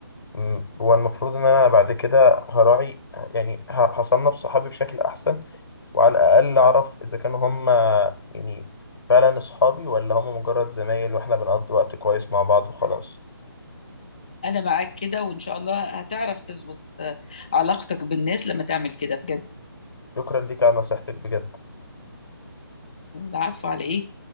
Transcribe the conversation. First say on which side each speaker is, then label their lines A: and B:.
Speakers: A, on the left (about 65°); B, on the left (about 15°).
A: مم. هو المفروض ان انا بعد كده هراعي يعني ه- هصنف صحابي بشكل احسن وعلى الاقل اعرف اذا كانوا هم يعني فعلا اصحابي ولا هم مجرد زمايل واحنا بنقضي وقت كويس مع بعض وخلاص
B: انا معاك كده وان شاء الله هتعرف تظبط آه، علاقتك بالناس لما تعمل كده بجد
A: شكرا ليك على نصيحتك بجد
B: عارفة على ايه